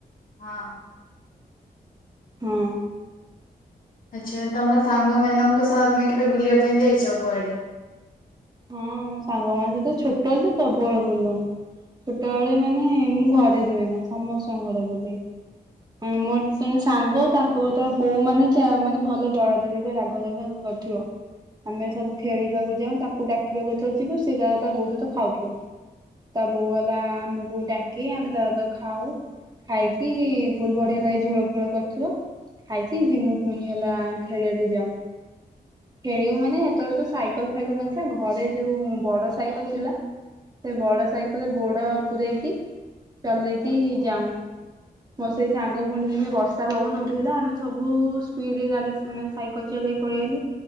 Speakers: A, on the left (about 55°); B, on the right (about 25°).
A: ହଁ।
B: ହୁଁ।
A: ଆଚ୍ଛା ତମ ସାଙ୍ଗ ମାନଙ୍କ ସହ ତମେ କେବେ ବୁଲିବା ପାଇଁ ଯାଇଚ କୁଆଡେ?
B: ହଁ ମୋ ସାଙ୍ଗ ମାନଙ୍କ ସହିତ ଛୋଟ ବେଳେ ତ ପ୍ରବଳ ବୁଲୁ ଆମେ। ଛୋଟବେଳେ ମାନେ ମୁଁ ଘରେ ରୁହେନା ସମସ୍ତଙ୍କ ଘରେ ବୁଲେଇ। ମୋର ତେଣେ ସାଙ୍ଗ ତାଙ୍କ ତା ବୋଉ ମାନେ ଯା ମାନେ ଭଲ ଦଳାଦଳି ପାଇଁ ରାଗୁଆ ରାଗୁଆ ଲୁଣି କରିଥିବ। ଆମେ ସବୁ ଖେଳିବାକୁ ଯାଉଁ ତା କୁ ଡାକିବାକୁ ଯେତେବେଳେ ଯିବୁ ସେଇଟା ତା ବୋଉ ସହିତ ଖାଉଥିବ। ତା ବୋଉ ହେଲା ଆମୁକୁ ଡାକି ଆମେ ତା ସହିତ ଖାଉଁ। ଖାଇକି ବହୁତ ବଢିଆ ଲାଗେ ଝୋଳ ଫୋଳ କରିଥିବ। ଖାଇକି ଯିମୁ ପୁଣି ହେଲା ଖେଳିବାକୁ ଯାଉଁ। ଖେଳିବୁ ମାନେ ସେତବେଳେ ତ ସାଇକେଲ ଫାଇକେଲ ନଥିଲା ଘରେ ଯୋଉ ବଡ ସାଇକେଲ ଥିଲା। ସେ ବଡ ସାଇକେଲରେ ଗୋଡ ପୂରେଇକି ଚଲେଇକି ଯାଉଁ। ମୋ ସେଇ ସାଙ୍ଗ ପୁଣି ଦିନେ ବର୍ଷା ପବନ ଉଠେଇଲା ଆମେ ସବୁ ସ୍ପିଡରେ ଗାଡି ମାନେ ସାଇକେଲ ଚଲ୍ ଚଲେଇ ପଳେଇ ଆଇଲୁ।